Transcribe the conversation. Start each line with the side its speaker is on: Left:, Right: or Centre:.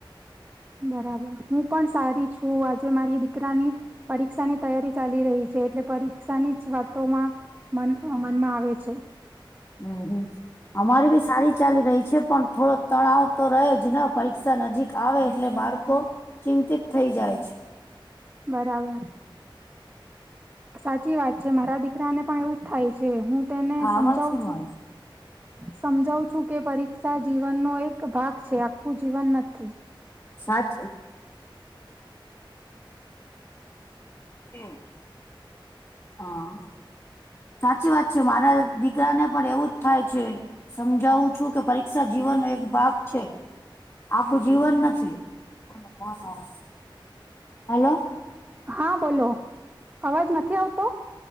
Right: બરાબર હું પણ સારી છું આજે મારી દીકરાની પરીક્ષાની તૈયારી ચાલી રહી છે એટલે પરીક્ષાની જ વાતોમાં મ મનમાં આવે છે.
Left: હમ હમ અમારી બી સારી ચાલી રહી છે પણ થોડો તણાવ તો રહે જ ને પરીક્ષા નજીક આવે એટલે બાળકો ચિંતિત થઈ જાય છે.
Right: બરાબર. સાચી વાત છે મારા દી <inaudible> થાય છે હું તેને
Left: આ
Right: સમજાવું
Left: અવાજ કેમ
Right: છું
Left: આવે
Right: સમજાવ ું કે પરીક્ષા જીવનનો એક ભાગ છે. આખું જીવન નથી.
Left: સાચ એમ. હા. સાચી વાત છે, મારા દીકરાને પણ એવુંજ થાય છે, સમજાવું છું કે પરીક્ષા જીવનનો એક ભાગ છે, આખું જીવન નથી. હા, હા. હલો.
Right: હા, બોલો અવાજ નથ નથી આવતો?